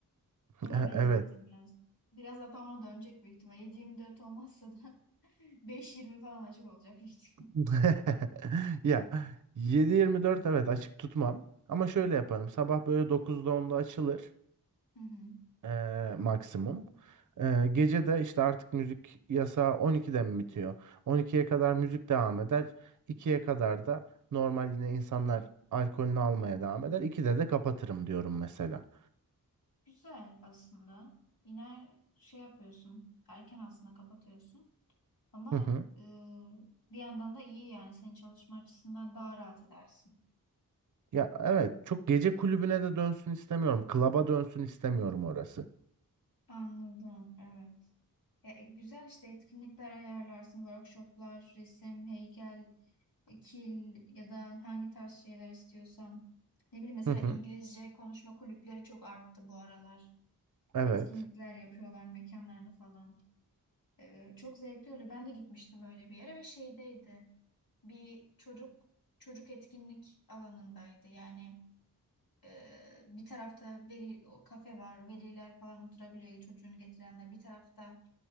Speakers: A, on the left (about 70°); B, on the right (about 55°).
A: Ona
B: E-
A: benzettim
B: Evet.
A: biraz. Biraz zaten ona dönecek büyük ihtimal. yedi yirmi dört olmazsa da <laughs> beş yirmi falan açık olacak büyük ihtimal.
B: <laughs> Ya 7-24 evet açık tutmam. Ama şöyle yaparım. Sabah böyle 9'da 10'da açılır.
A: Hı hı.
B: Eee, maksimum. Eee, gece de işte artık müzik yasağı 12'de mi bitiyor? 12'ye kadar müzik devam eder. 2'ye kadar da normal yine insanlar alkolünü almaya devam eder. 2'de de kapatırım diyorum mesela.
A: Güzel aslında. Yine şey yapıyorsun. Erken aslında kapatıyorsun. Ama
B: Hı hı.
A: e, bir yandan da iyi yani. Senin çalışma açısından daha rahat edersin.
B: Ya evet çok gece kulübüne de dönsün istemiyorum. Klaba dönsün istemiyorum orası.
A: Anladım. Evet. Ya, e, güzel işte etkinlikler ayarlarsın, workshoplar, resim, heykel, e, kil ya da hangi tarz şeyler istiyorsan. Ne bileyim mesela
B: Hı hı.
A: İngilizce konuşma kulüpleri çok arttı bu aralar.
B: Evet.
A: Etkinlikler yapıyorlar mekanlarda falan. E, çok zevkli oluyor. Ben de gitmiştim öyle bir yere ve şeydeydi. Bir çocuk çocuk etkinlik alanındaydı. Yani ee, bir tarafta veri o kafe var, veliler falan oturabiliyor çocuğunu getirenler. Bir tarafta